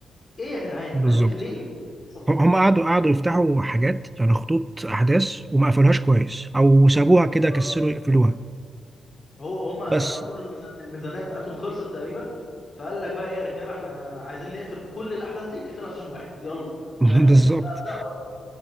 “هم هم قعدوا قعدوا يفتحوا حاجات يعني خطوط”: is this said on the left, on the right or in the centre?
Right